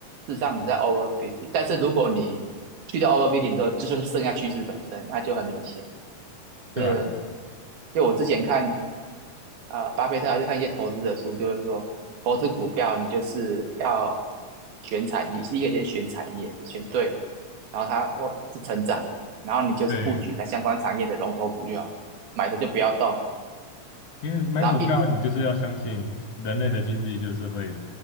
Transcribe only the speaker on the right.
事实上你在 overfitting。但是如果你去掉 overfitting 之后，就是剩下趋势本身，那就很明显。
就是就我之前看啊、呃巴菲特还是看一些投资的书，就是说投资股票你就是要选产业，第一个先选产业，选对，然后它或是成长的，然后你就是布局在相关产业的龙头股就好了，
买的就不要动，
然后一